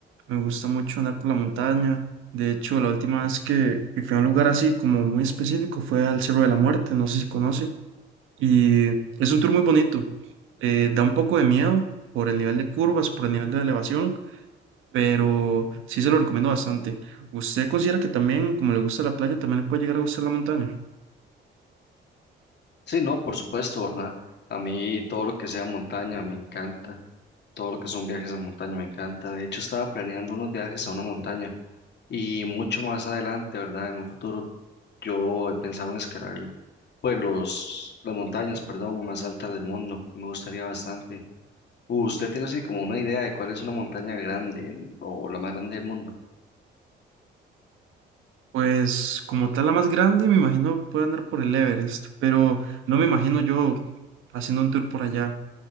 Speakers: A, on the right; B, on the left.
A: me gusta mucho andar por la montaña. De hecho, la última vez que, que fui a un lugar así como muy específico fue al Cerro de la Muerte, no sé si conoce, y es un tour muy bonito. Eh, da un poco de miedo por el nivel de curvas, por el nivel de elevación, pero sí se lo recomiendo bastante. ¿Usted considera que también, como le gusta la playa, también le puede llegar a gustar la montaña?
B: Sí, no, por supuesto, ¿verdad? A mí todo lo que sea montaña me encanta. Todo lo que son viajes a montaña me encanta. De hecho, estaba planeando unos viajes a una montaña y mucho más adelante, ¿verdad? En un futuro yo he pensado en escalar pues los las montañas, perdón, más altas del mundo. Me gustaría bastante. ¿Usted tiene así como una idea de cuál es una montaña grande en- o la más grande del mundo?
A: Pues como tal la más grande, me imagino puede andar por el Everest, pero no me imagino yo haciendo un tour por allá.